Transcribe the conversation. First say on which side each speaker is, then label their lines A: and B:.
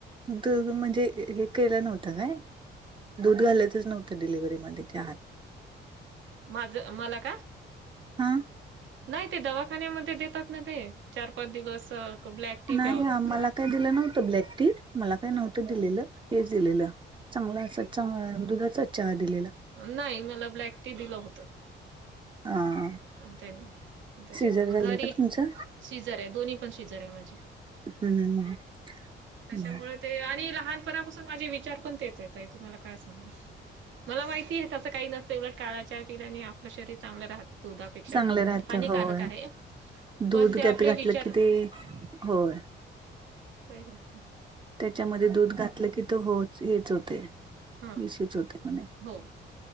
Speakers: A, on the right (about 25°); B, on the right (about 70°).
A: दुध म्हणजे हे केलं नव्हतं काय? दूध घालायच च नव्हतं डिलिव्हरीमध्ये चहात
B: माझं मला का?
A: हा
B: नाही ते, दवाखान्यामध्ये देतात ना ते, चार पाच दिवस. ब्लॅक टी
A: नाही
B: प्यावं
A: हा
B: लागते.
A: मला काही दिलं नव्हतं ब्लॅक टी मला काही नव्हतं दिलेलं हेच दिलेलं. चांगला असा चहा दुधाचाच चहा दिलेला.
B: नाही मला ब्लॅक टी दिलं होत.
A: हा
B: अ त्यांनी त्याच्यामुळे
A: सिजर
B: मग
A: झालंय
B: घरी
A: का तुमचं
B: सिझर दोन्ही पण सिझर आहे माझे,
A: हम्म
B: त्याच्यामुळे
A: हम्म.
B: ते आणि लहानपणापासून माझे विचार पण तेच आहे ताई तुम्हाला काय सांगू. मला माहिती आहे ना तसं काही नसतं उलट काळा चहा पिल्याने आपलं शरीर चांगलं राहतं. दुधापेक्षा
A: चांगलं
B: दूध
A: राहत
B: हानिकारक
A: होय
B: आहे.
A: दूध
B: पण ते
A: त्यात
B: आपले
A: घातलं
B: विचार
A: की ते, होय
B: काय झालं
A: त्याच्यामध्ये दूध घातलं की तर होच हेच होते
B: हा
A: इशूच होते म्हणे.
B: हो,